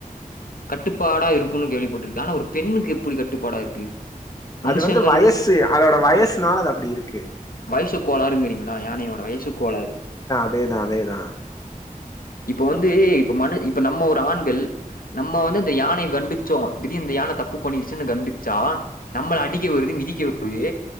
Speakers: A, on the left; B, on the left.
A: கட்டுப்பாடா இருக்கும்னு கேள்விப்பட்டிருக்க ஆனா ஒரு பெண்ணுக்கு எப்டி கட்டுப்பாடா இருக்கு மனுஷங்கிறது
B: அது வந்து வயசு அதோட வயசுனால அது அப்டி இருக்கு
A: வயசு கோளாருங்கிறீங்களா யானையோட வயசு கோளாறு
B: அதேதா‌அதேதா
A: இப்ப வந்து இப்ப மனு இப்ப நம்ம ஒரு ஆண்கள் நம்ம வந்து இந்த யானையை கண்டிச்சோம் திடீர் இந்த யானை தப்பு பண்ணிருச்சுன்னு கண்டிச்சா நம்மள அடிக்க வருது மிதிக்க வருது